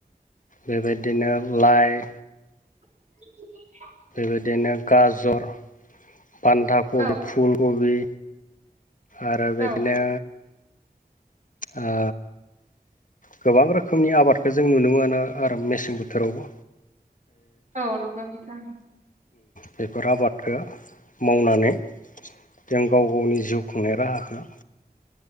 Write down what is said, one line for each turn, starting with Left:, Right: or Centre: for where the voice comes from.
Left: बेबायदिनो लाइ
Right: <unintelligible>
Left: बेबायदिनो गाजर बान्दा कबि
Right: औ
Left: फुल कबि आरो बिदिनो
Right: औ
Left: ओ गोबां रोखोमनि आबादखौ जों नुनो मोनो आरो मेसें बोथोरावबो।
Right: औ नंगौ नोंथां।
Left: बेफोर आबादखौ मावनानै जों गाव गावनि जिउ खुंनाय राहाखौ